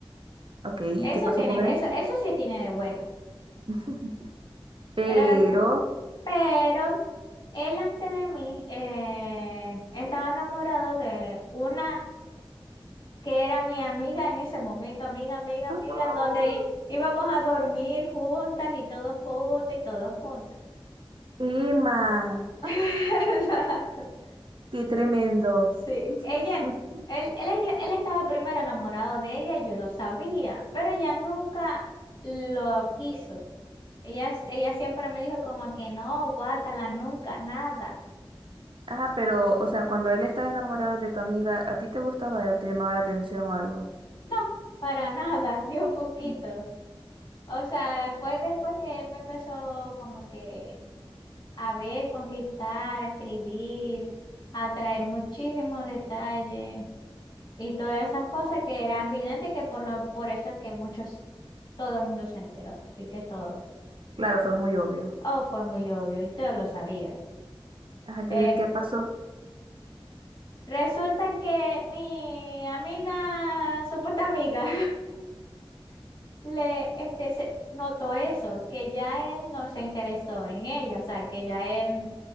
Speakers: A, on the right; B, on the left.
A: Ok, ¿y
B: Eso
A: qué pasó
B: tiene,
A: con él?
B: eso, eso sí tiene de bueno.
A: <laughs> Pero...
B: Era, pero él antes de mí eh, estaba enamorado de una que era mi amiga en ese momento, amiga, amiga, amiga,
A: ¡Ah!
B: donde í- íbamos a dormir juntas y todos juntos y todos juntos.
A: Emma,
B: <laughs>
A: ¡Ah, qué tremendo.
B: Sí,
A: <laughs>
B: ella, él, él, ella- él estaba primero enamorado de ella, yo lo sabía, pero ella nunca lo quiso. Ella, ella siempre me dijo como que no, guácala, nunca, nada.
A: Ajá, pero, o sea, cuando él estaba enamorado de tu amiga, ¿a ti te gustaba él? ¿Te llamaba la atención o algo?
B: No, para nada, <laughs> ni un poquito.
A: Mm.
B: O sea, fue después que él me empezó como que a ver, conquistar, a escribir, a traer muchísimos detalles. y todas esas cosas que eran evidentes y que por, lo, por eso es que muchos, todo el mundo se enteró, así que todo.
A: Claro, fue muy obvio.
B: Oh, fue muy obvio y todos lo sabían.
A: Ajá, entonces,
B: Eh,
A: ¿qué pasó?
B: resulta que mi amiga, supuesta amiga, <laughs> le este, se notó eso, que ya él no se interesó en ella, o sea, que ya él